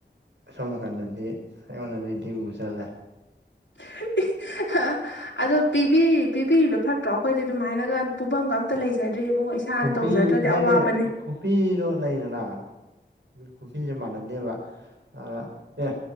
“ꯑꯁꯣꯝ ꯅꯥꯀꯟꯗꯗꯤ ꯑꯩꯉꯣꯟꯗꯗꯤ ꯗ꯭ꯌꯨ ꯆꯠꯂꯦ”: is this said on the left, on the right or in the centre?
Right